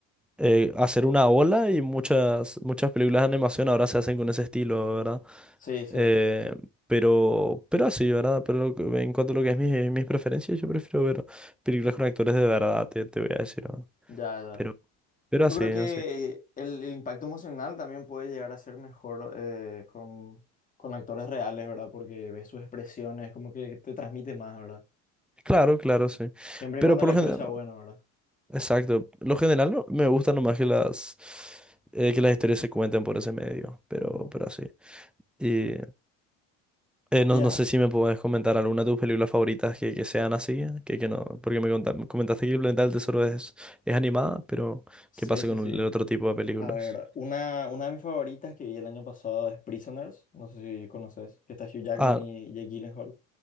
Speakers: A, in the centre; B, on the left.
A: eh, hacer una ola y muchas, muchas películas de animación ahora se hacen con ese estilo, ¿verdad?
B: Sí, sí,
A: Eh, pero, pero así, ¿verdad? Pero lo que- en cuanto a lo que es mi- mis preferencias, yo prefiero ver películas con actores de verdad, te, te voy a decir, ¿no?
B: ya, ya.
A: Pero, pero
B: Yo
A: así,
B: creo que
A: así.
B: el, el impacto emocional también puede llegar a ser mejor eh, con, con actores reales, ¿verdad? Porque ves sus expresiones, como que te transmite más, ¿verdad?
A: Claro, claro, sí.
B: Siempre
A: Pero
B: y cuando
A: por
B: el actor
A: lo general,
B: sea bueno, ¿verdad?
A: exacto. Lo general no- me gusta nomás que las, eh, que las historias se cuenten por ese medio, pero,
B: Ujú.
A: pero así. Y eh, no,
B: Ya,
A: no sé si me puedes comentar alguna de tus películas favoritas que, que sean así, que, que no, porque me conta- comentaste que El Planeta del Tesoro es, es animada, pero
B: sí,
A: ¿qué pasa
B: sí,
A: con
B: sí.
A: el otro tipo de películas?
B: A ver, una, una de mis favoritas que vi el año pasado es Prisoners, no sé si conoces, que está Hugh Jackman
A: Ah,
B: y Jake Gyllenhaal.